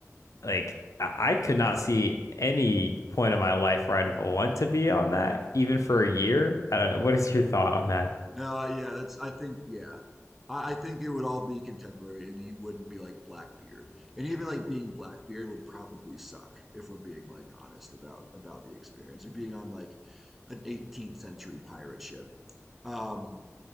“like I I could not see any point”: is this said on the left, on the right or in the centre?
Left